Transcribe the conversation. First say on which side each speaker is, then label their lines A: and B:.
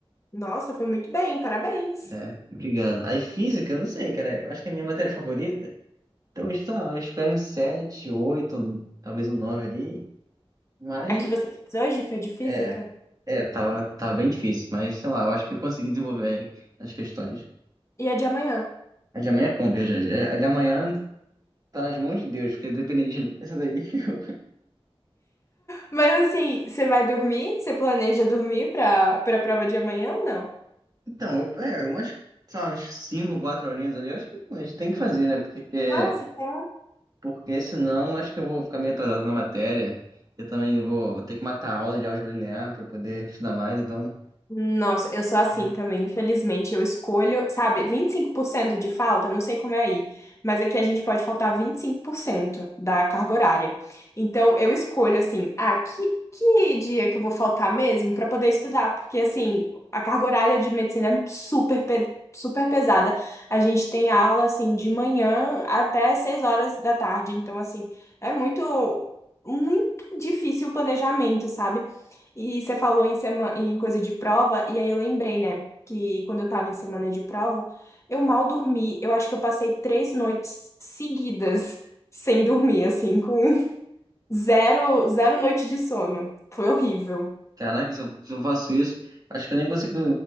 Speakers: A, on the left (about 30°); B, on the right (about 40°).
A: nossa, foi muito bem, parabéns.
B: É, Obrigado. Aí física, eu não sei, cara, eu acho que é a minha matéria favorita. Então, está, eu espero um 7 8 talvez um 9 ali, mas...
A: A que você fez hoje foi de física?
B: é. É, tava, tava bem difícil, mas sei lá, eu acho que eu consegui desenvolver as questões.
A: E a de amanhã?
B: A de amanhã é compra, a de amanhã tá nas mãos de Deus, porque depende de mim, essa daí. <laughs>
A: Mas assim, você vai dormir? Você planeja dormir pra, pra prova de amanhã ou não?
B: Então, eu- é, umas, sei lá, umas 5, 4 horinhas ali, eu acho que a gente tem que fazer, né? Porque,
A: Nossa, que
B: porque senão acho que eu vou ficar meio atrasado na matéria. Eu também vou, vou ter que matar a aula de álgebra linear pra poder estudar mais, então.
A: Nossa, eu sou assim
B: É.
A: também, infelizmente. Eu escolho, sabe, 25% de falta, não sei como é aí, mas aqui a gente pode faltar 25% da carga horária. Então, eu escolho, assim, ah, que, que dia que eu vou faltar mesmo para poder estudar, porque, assim, a carga horária de medicina é super, pe- super pesada. A gente tem aula, assim, de manhã até 6 horas da tarde, então, assim, é muito. Muito difícil o planejamento, sabe? E você falou em, sema... em coisa de prova, e aí eu lembrei, né, que quando eu tava em semana de prova, eu mal dormi. Eu acho que eu passei três noites seguidas sem dormir, assim, com <laughs> zero, zero noite de sono. Foi horrível.
B: Caraca, se eu, se eu faço isso, acho que eu nem consigo